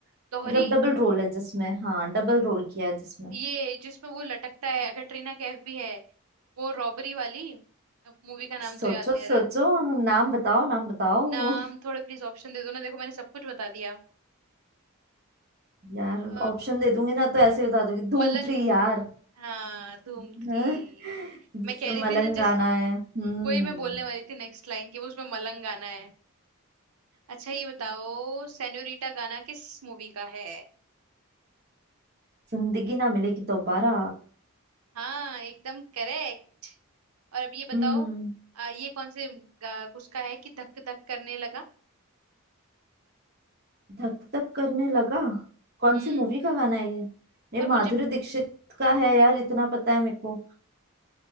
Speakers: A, on the right; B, on the right.
A: मतलब
B: दोहरी
A: डबल रोल है जिसमें हाँ डबल रोल किया है जिसमें
B: ये जिसमें वो लटकता है कटरीना कैफ भी है वो रॉबरी वाली अब मूवी का नाम
A: सोचो
B: तो याद नहीं आ
A: सोचो
B: रहा है।
A: नाम बताओ नाम बताओ
B: नाम थोड़े प्लीज ऑप्शन दे दो ना देखो मैंने सब कुछ बता दिया
A: <laughs> यार
B: अ,
A: ऑप्शन दे दूंगी ना तो ऐसे बता दोगे धूम
B: मलंग
A: थ्री यार
B: हाँ धूम
A: <laughs>
B: थ्री
A: हाँ, जिसमें
B: मैं कह रही
A: मलंग
B: थी ना जैसे
A: गाना है हम्म
B: वही मैं बोलने वाली थी नेक्स्ट लाइन की वो उसमें मलंग गाना है अच्छा ये बताओ सेन्योरिटा गाना किस मूवी का है
A: जिंदगी ना मिलेगी दोबारा
B: हाँ एकदम करेक्ट और अब ये बताओ
A: हम्म
B: आ, ये कौन से गा- उसका है कि धक धक करने लगा
A: धक धक करने लगा कौन
B: हम्म
A: सी मूवी का गाना है ये ये
B: और
A: माधुरी
B: मुझे
A: दीक्षित का है यार इतना पता है मेरे को